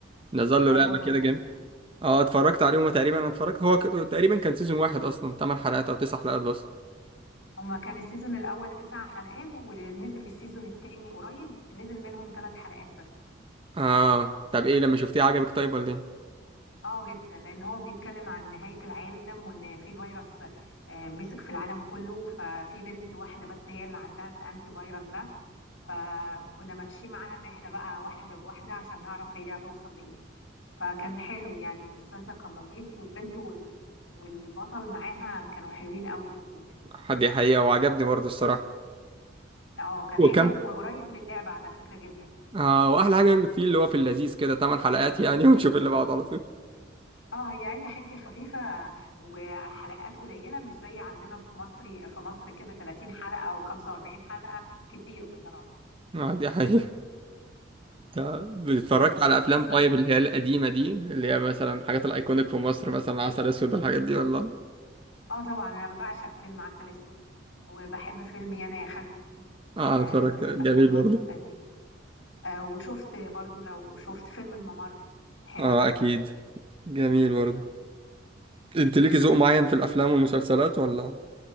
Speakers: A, on the right; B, on the left.
A: نزل له
B: ايوه
A: لعبة
B: مظبوط
A: كده اه اتفرجت عليهم تقريبا انا اتفرجت هو ك- تقريبا كان سيزون واحد اصلا 8 حلقات او 9 حلقات بس
B: هما كان السيزون الأول تسع حلقات ونزل السيزون التاني قريب نزل منهم ثلاث حلقات بس
A: اه طب ايه لما شفتيه عجبك طيب ولا ايه
B: اه جدا لأن هو بيتكلم عن نهاية العالم وإن في فيروس آه، مسك في العالم كله ففي بنت واحدة بس هي اللي عندها الأنتي فيروس ده فكنا ماشيين معاها الرحلة بقى واحدة بواحدة عشان نعرف هي هتوصل لإيه فكان حلو يعني المسلسل كان لطيف والبنت وال... والبطل معاها كانوا حلوين قوي في الدور
A: حد حقيقة وعجبني برضه الصراحة
B: اه كان
A: وكم
B: حلو وقريب من اللعبة على فكرة جدا
A: اه واحلى حاجة فيه اللي هو في اللذيذ كده 8 حلقات يعني <laughs> ونشوف اللي بعده على طول
B: اه هي اي حاجه خفيفه وحلقات قليله مش زي عندنا في مصر في مصر كده 30 حلقه و45 حلقه كتير بصراحه
A: اه دي حقيقة طب اتفرجت
B: طب
A: على
B: وبتشوف
A: افلام طيب
B: افلام
A: اللي هي القديمة دي اللي هي مثلا الحاجات الايكونيك في مصر مثلا عسل اسود الحاجات دي ولا
B: اه طبعا انا بعشق فيلم عسل اسود وبحب فيلم يانا يا خالتي
A: اه
B: آه
A: انا اتفرجت
B: من
A: جميل
B: الافلام برضو
A: برضه
B: القديمه آه وشفت برضو لو شفت فيلم الممر حلو
A: اه
B: قوي
A: اكيد جميل برضه انت ليكي ذوق معين في الافلام والمسلسلات ولا